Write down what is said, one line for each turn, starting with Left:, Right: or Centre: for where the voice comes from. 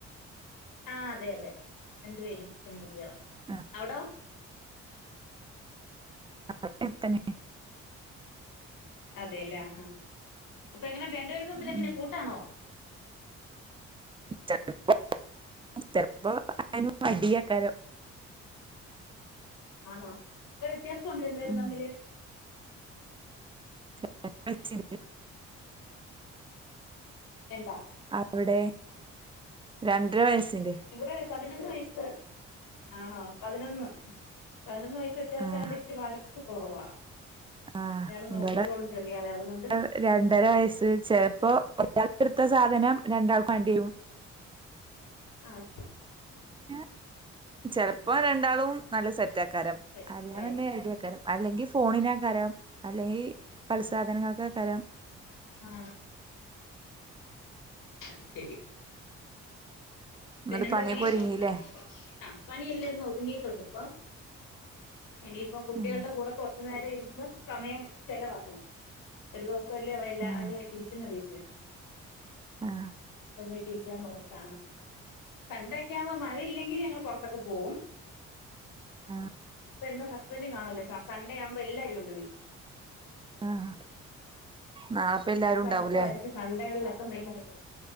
Left: ആ അതെയതെ രണ്ടു പേരും പെൺകുട്ടികളാ
Right: ആ
Left: അവിടോ
Right: ഇവിടെ അങ്ങനെ തന്നെ
Left: അതെല്ലേ ഹാ അപ്പൊ എങ്ങനെ രണ്ടു പേരും തമ്മിലെങ്ങനാ
Right: ഉം
Left: കൂട്ടാണോ
Right: ചെലപ്പോ ചെലപ്പോ <unintelligible> അടിയായികരം
Left: ആണോ എത്രെ വ്യത്യാസം ഉണ്ട് രണ്ടുപേരും
Right: ഉം
Left: തമ്മില്
Right: <unintelligible>
Left: രണ്ടാ
Right: അവിടെ രണ്ടര വയസിന്റെ
Left: ഇവിടെ പതിനൊന്ന് വയസ്സ് ആണോ പതിനൊന്ന് പതിനൊന്ന് വയസ്സ് വ്യത്യാസയോണ്ട്
Right: ആഹ്
Left: ഇച്ചിരി വഴക്ക്‌ കുറവാ
Right: ആ
Left: ഒരാള് നോക്കിക്കോളും
Right: ഇവടെ
Left: ചെറിയ ആളെ അതുകൊണ്ട്
Right: <unintelligible> രണ്ടര വയസ്സ് ചിലപ്പോ ഒരാളെടുത്ത സാധനം രണ്ടാൾക്കും വേണ്ടി വെരും
Left: ആഹ്
Right: പിന്നെ ചെലപ്പോ രണ്ടാളും നല്ല സെറ്റാക്കാരും
Left: സെറ്റായിരിക്കും
Right: അല്ലന്നിടൽ അടിയക്കാരം അല്ലെങ്കില് ഫോണിനെ കരം അല്ലെങ്കിൽ കളിസാധനങ്ങൾക്കാ കരം
Left: ആ അത് ശരി
Right: ഇന്നട്ട്
Left: പിന്നെ എന്താ
Right: പണിയൊക്കെ
Left: ബീഫ്
Right: ഒരുങ്ങില്ലേ
Left: <unintelligible> പണിയല്ലൊന്ന് ഒതുങ്ങിയിട്ടുണ്ട് ഇപ്പ ഇനിയിപ്പ കുട്ടികളുടെ
Right: ഉം
Left: കൂടെ കൊറ കൊറച്ചു നേരം ഇരിക്കുന്ന സമയം ചെലവാക്കണം ഒരു ദിവസം അല്ലേ അവ എല്ലാവരും
Right: ഉം
Left: അവര് ഇരിക്കുന്ന വീട്ടില്
Right: ആഹ്
Left: തന്നൊക്കെയികരിക്കാന്ന ഓർത്താണ് സൺ‌ഡേക്കാകുമ്പോ മഴയില്ലെങ്കിൽ ഞങ്ങൾ പുറത്തൊക്കെ പോവും
Right: ആഹ്
Left: ഇപ്പൊ എന്നും ഹസ്ബൻഡും കാണല്ല സൺഡേ ആവുമ്പോ എല്ലാരും ഉണ്ട് വീട്ടില്
Right: ആഹ് നാളെപ്പ
Left: കൂടുതലും
Right: എല്ലാരും ഉണ്ടാവൂലേ
Left: കറക്കമായിരിക്കും സൺണ്ടേകളിലൊക്കെ മെയിൻ പരിപാടി